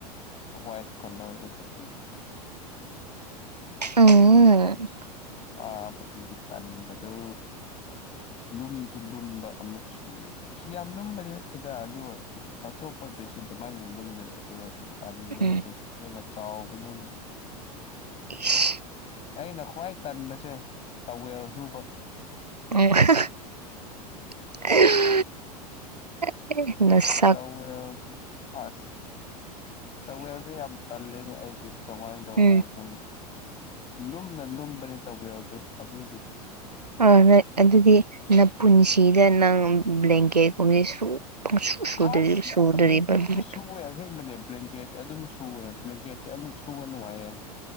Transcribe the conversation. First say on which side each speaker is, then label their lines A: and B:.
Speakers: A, on the left; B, on the right.
A: ꯋꯥꯏꯠ ꯀꯂꯔ <unintelligible>
B: ꯎꯝ
A: ꯑꯥ ꯐꯖꯕꯤ ꯇꯟꯕꯗꯨ ꯂꯨꯝꯁꯨ ꯂꯨꯝꯕ ꯑꯃꯨꯛꯁꯨ ꯑꯁ ꯌꯥꯝ ꯂꯨꯝꯕꯗꯤ ꯅꯠꯇꯦꯗ ꯑꯗꯨ ꯑꯣꯏꯔꯁꯨ ꯑꯆꯣꯞꯄ ꯕꯦꯠꯁꯤꯠ ꯑꯗꯨꯃꯥꯏꯅ ꯂꯨꯝꯕꯝ ꯂꯩꯔꯣꯏ ꯑꯗꯨ ꯑꯣꯏꯔꯁꯨ ꯇꯟꯕꯗꯣ
B: ꯎꯝ
A: ꯕꯦꯠꯁꯤꯠꯅ ꯍꯦꯟꯅ ꯆꯥꯎꯕꯅꯤꯅ
B: ꯏꯁ
A: ꯑꯩꯅ ꯈ꯭ꯋꯥꯏ ꯇꯟꯕꯁꯦ ꯇꯧꯋꯦꯜ ꯁꯨꯕ
B: ꯑꯣ ꯍ <unintelligible> <unintelligible>
A: ꯇꯧꯋꯦꯜꯗꯨ ꯑꯁ ꯇꯧꯋꯦꯜꯗꯨ ꯌꯥꯝ ꯇꯜꯂꯦꯅꯦ ꯑꯩꯗꯤ ꯀꯃꯥꯏꯅ ꯇꯧꯕꯅꯣ
B: ꯎꯝ
A: ꯈꯪꯗꯦ ꯂꯨꯝꯅ ꯂꯨꯝꯕꯅꯦ ꯇꯧꯋꯦꯜꯗꯨ ꯑꯗꯨꯒꯤ
B: ꯍꯣꯏ ꯍꯣꯏ ꯑꯗꯨꯗꯤ ꯅꯄꯨꯟꯁꯤꯗ ꯅꯪ ꯕ꯭ꯂꯦꯡꯀꯦꯠꯀꯨꯝꯕꯗꯤ ꯁꯨ ꯄꯪꯁꯨ ꯁꯨꯗ꯭ꯔꯤ
A: ꯑꯥꯁ
B: ꯁꯨꯗ꯭ꯔꯤꯕ
A: ꯕ꯭ꯂꯦꯡꯀꯦꯠꯇꯤ
B: ꯑꯗꯨꯗꯤ
A: ꯁꯨꯋꯦ ꯑꯁꯦꯡꯕꯅꯦ ꯕ꯭ꯂꯦꯡꯀꯦꯠ ꯑꯗꯨꯝ ꯁꯨꯋꯦ ꯕ꯭ꯂꯦꯡꯀꯦꯠꯇꯤ ꯑꯃꯨꯛ ꯁꯨꯕ ꯅꯨꯡꯉꯥꯏꯌꯦ